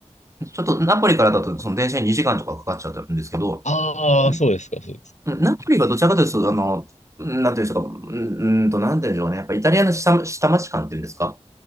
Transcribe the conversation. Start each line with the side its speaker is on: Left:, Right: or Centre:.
Right: ちょっとナポリからだと、その電車に2時間とかかかっちゃうんですけど、
Left: ああ、
Right: うん
Left: そうですか、そうですか。
Right: うんナポリがどちらかというと、あの、うんなんていうんでしょうか、うんうんと、なんていうんでしょうね、やっぱイタリアの下、下町感っていうんですか、